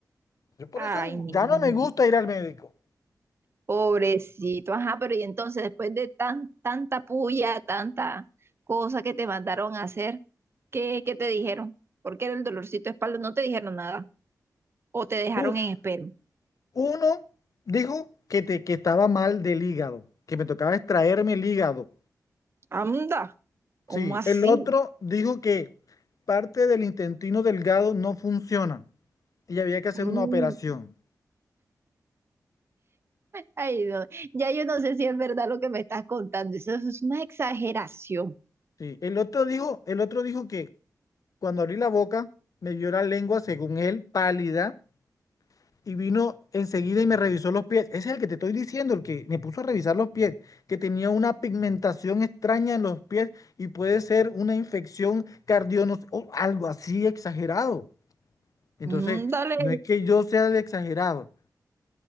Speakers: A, on the left; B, on the right.
A: Yo por
B: Ay,
A: eso
B: niño,
A: ya no me gusta ir al médico.
B: pobrecito, ajá, pero y entonces después de tan, tanta puya, tanta cosa que te mandaron a hacer, ¿qué, qué te dijeron? Porque era el dolorcito de espalda, no te dijeron nada, o te dejaron
A: Uf.
B: en espera.
A: Uno dijo que, te, que estaba mal del hígado, que me tocaba extraerme el hígado.
B: Anda, ¿cómo
A: Sí,
B: así?
A: el otro dijo que parte del intestino delgado no funciona y había que hacer
B: Mm,
A: una operación.
B: Ay, no, ya yo no sé si es verdad lo que me estás contando, eso, es una exageración.
A: Sí, el otro dijo, el otro dijo que cuando abrí la boca me vio la lengua, según él, pálida y vino enseguida y me revisó los pies. Ese es el que te estoy diciendo, el que me puso a revisar los pies, que tenía una pigmentación extraña en los pies y puede ser una infección cardionos o algo así exagerado. Entonces,
B: Mm, dale.
A: no es que yo sea el exagerado.